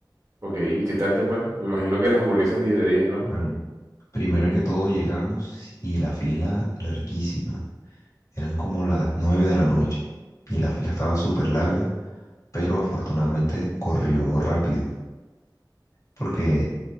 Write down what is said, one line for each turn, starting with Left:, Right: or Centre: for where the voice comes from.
Right: Ok, ¿y qué tal te fue? Me imagino que las hamburguesas diez de 10, ¿no?
Left: Bueno, primero que todo llegamos y la fila larguísima. Eran como las nueve de la noche y la fila estaba súper larga, pero afortunadamente corrió rápido porque